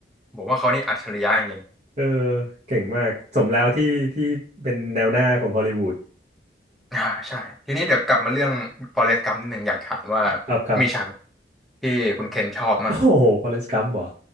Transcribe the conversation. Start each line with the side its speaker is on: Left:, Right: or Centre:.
Centre: ผมว่าเขานี่อัจฉริยะจริง
Right: เออเก่งมากสมแล้วที่ที่เป็นแนวหน้าของฮอลลีวูด
Centre: อ่าใช่ทีนี้เดี๋ยวกลับมาเรื่อง Forrest Gump นิดหนึ่งอยากถามว่า
Right: ครับครับ
Centre: มีฉากที่คุณเคนชอบมั่ง
Right: โอ้โหฟอเรสต์กัมป์เหรอ